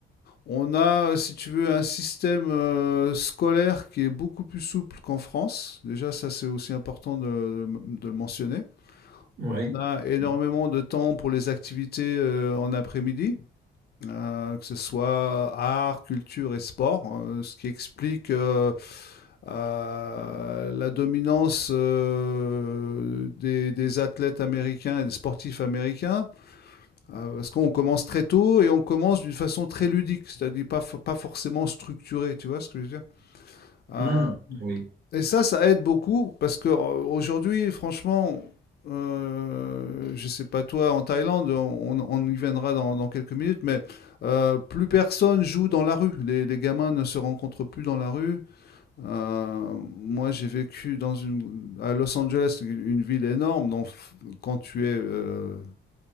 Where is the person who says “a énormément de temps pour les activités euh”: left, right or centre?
Left